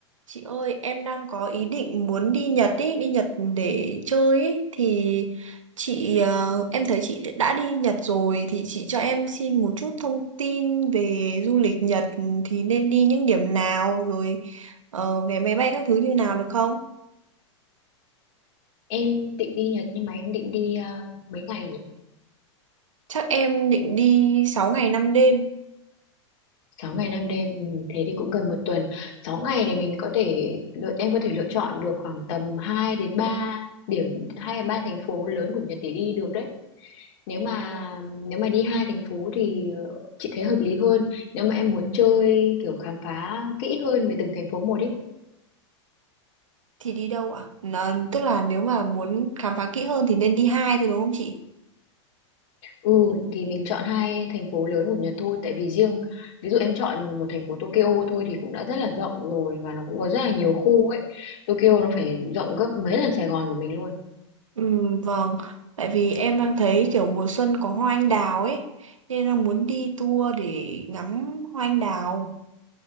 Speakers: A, on the right (about 90°); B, on the left (about 55°).
A: Chị ơi, em đang có ý định muốn đi Nhật ý, đi Nhật để chơi ý. Thì chị, ờ, em thấy chị đã đi Nhật rồi thì chị cho em xin một chút thông tin về du lịch Nhật thì nên đi những điểm nào rồi ờ, vé máy bay các thứ như nào được không?
B: Em định đi Nhật nhưng mà em định đi à, mấy ngày nhỉ?
A: Chắc em định đi 6 ngày 5 đêm
B: sáu ngày 5 đêm, ừ, thế thì cũng gần một tuần. sáu ngày thì mình có thể lựa em có thể lựa chọn được khoảng tầm hai đến ba điểm hai đến 3 thành phố lớn của Nhật để đi được đấy. Nếu mà
A: Ừ.
B: nếu mà đi hai thành phố thì ờ, chị thấy hợp lý hơn. Nếu mà em muốn chơi kiểu khám phá kỹ hơn về từng thành phố một ý
A: thì đi đâu ạ? Nó- Tức là nếu mà muốn khám phá kỹ hơn thì nên đi hai thôi đúng không chị?
B: Ừ thì mình chọn hai thành phố lớn của Nhật thôi tại vì riêng ví dụ em chọn một thành phố Tokyo thôi thì cũng đã rất là rộng rồi và nó cũng có rất là nhiều khu ấy. Tokyo nó phải rộng gấp mấy lần Sài Gòn của mình luôn.
A: Ừ, vâng, tại vì em đang thấy kiểu mùa xuân có hoa anh đào ấy, nên là muốn đi tour để ngắm hoa anh đào.